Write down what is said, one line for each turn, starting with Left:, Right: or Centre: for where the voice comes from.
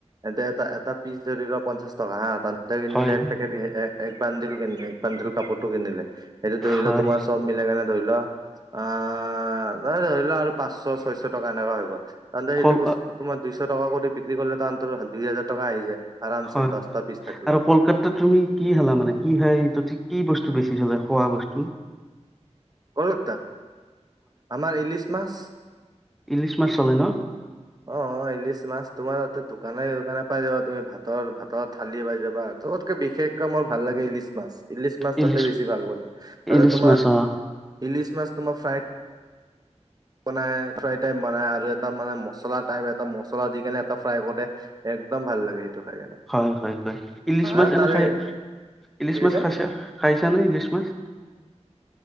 Right: এতে এটা এটা পিছ ধৰি ল পঞ্চাশ টকা হাঁ
Centre: হয়
Right: <inaudible>
Centre: হয়
Right: এক বান্ধিল কেনে এক বান্ধ কাপোৰটো কিনিলে। সেইটো ধৰি
Centre: হয়
Right: লোৱা তোমাৰ চব মিলে কেনে ধৰি লোৱা আহ ন ধৰি ল আৰু পাঁচশ ছয়শ টকা এনেকুৱা হৈ গল। তন্তে সেইটো
Centre: কল
Right: বস্তু তোমাৰ দুশ টকা কৰি বিক্ৰী কৰিলে দুই হাজাৰ টকা আহি যায়। আৰামছে
Centre: হয়
Right: দহটা
Centre: হয়
Right: পিচ থাকিলে
Centre: আৰু কলকাতাত তুমি কি হালা মানে কি হয় এইটো ঠিক কি বস্তু বেছি চলে খোৱা বস্তু?
Right: কল তাত। আমাৰ ইলিচ মাছ।
Centre: ইলিচ মাছ চলে ন।
Right: অ ইলিছ মাছ তোমাৰ ততে দোকানে দোকানে পাই যাবা তুমি ভাতৰ ভাতৰ থালি পাই যাবা। যত - বিশেষকৈ মোৰ ভাল লাগে ইলিচ মাছ। ইলিচ মাছতে
Centre: ইলিছ
Right: বেছি ভাল পাবি তাতে
Centre: ইলিছ
Right: তোমাৰ
Centre: মাছ অ
Right: ইলিচ মাছ তোমাৰ ফ্ৰাই বনাই ফ্ৰাই টাইম বনাই আৰু এটা মানে মচলা টাইপ এটা মছলা দি কেনে এটা ফ্ৰাই কৰে এক্দম ভাল লাগে। খাই কেনে
Centre: হয়, হয়, হয়, ইলিচ মাছ
Right: আৰু
Centre: এনে
Right: তাৰে
Centre: খাই ইলিচ
Right: কি কৈছা
Centre: মাছ খাইছা খাইছা নে ইলিচ মাছ?